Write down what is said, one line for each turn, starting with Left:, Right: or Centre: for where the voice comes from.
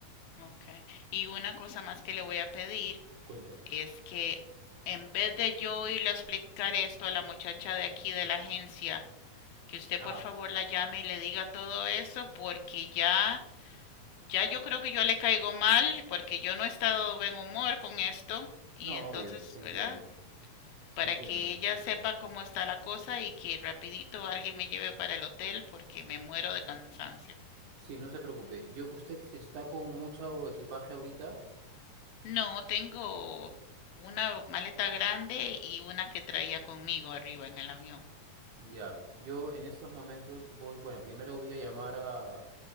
Left: Okay. Y una cosa más que le voy a pedir
Right: Cuénteme.
Left: es que en vez de yo irle a explicar esto a la muchacha de aquí de la agencia, que usted
Right: Ah,
Left: por favor la llame y le diga todo eso porque ya ya yo creo que yo le caigo mal porque yo no he estado de buen humor con esto y
Right: no,
Left: entonces,
Right: obvio, se entiende,
Left: ¿verdad?
Right: se
Left: Para
Right: entiende,
Left: que ella
Right: se entiende.
Left: sepa cómo está la cosa y que rapidito alguien me lleve para el hotel porque me muero de cansancio.
Right: Sí, no se preocupe. Yo, ¿usted está con mucho equipaje ahorita?
Left: No, tengo una maleta grande y una que traía conmigo arriba en el avión.
Right: Ya, yo en estos momentos voy, bueno, primero voy a llamar a,